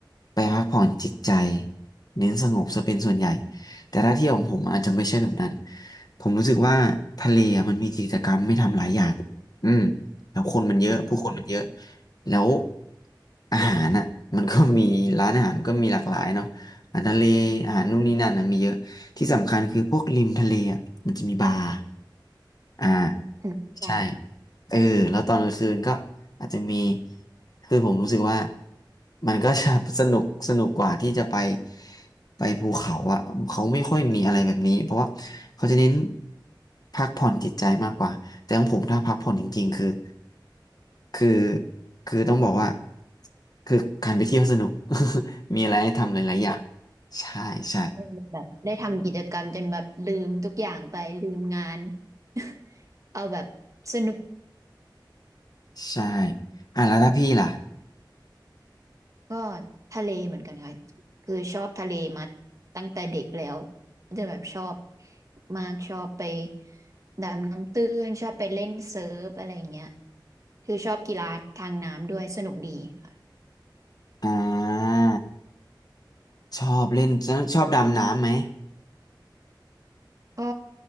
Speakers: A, on the left; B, on the right.
A: ไปพักผ่อนจิตใจเน้นสงบซะเป็นส่วนใหญ่แต่ถ้าเที่ยวของผมอาจจะไม่ใช่แบบนั้นผมรู้สึกว่าทะเลอะมันมีกิจกรรมไม่ทำหลายอย่างอืมแล้วคนมันเยอะผู้คนมันเยอะ
B: อืม
A: แล้วอาหารอ่ะมันก็มีร้านอาหารก็มีหลากหลายเนาะอาหารทะเลอาหารนู่นนี่นั่นนะมีเยอะ ที่สำคัญคือพวกริมทะเลอ่ะมันจะมีบาร์อ่า
B: อืมใช่
A: ใช่เออแล้วตอนกลางคืนก็อาจจะมีคือผมรู้สึกว่ามันก็ <laughs> จะสนุกสนุกกว่าที่จะไปไปภูเขาอ่ะเขาไม่ค่อยมีอะไรแบบนี้เพราะว่าเขาจะเน้นพักผ่อนจิตใจมากกว่าแต่ของผมถ้าพักผ่อนจริงๆคือคือคือต้องบอกว่าคือการไปเที่ยวสนุก <laughs> มีอะไรให้ทำหลายๆอย่างใช่ใช่
B: อืมแบบได้ทำกิจกรรมจนแบบลืมทุกอย่างไปลืมงาน <laughs> เอาแบบสนุก
A: ใช่อ่ะแล้วถ้าพี่ล่ะ
B: ก็ทะเลเหมือนกันค่ะคือชอบทะเลมาตั้งแต่เด็กแล้วจะแบบชอบมากชอบไปดำน้ำตื้นชอบไปเล่นเซิร์ฟอะไรอย่างเงี้ยคือชอบกีฬาทางน้ำด้วยสนุกดีค่ะ
A: อ่าชอบเล่นชอบดำน้ำไหม
B: ก็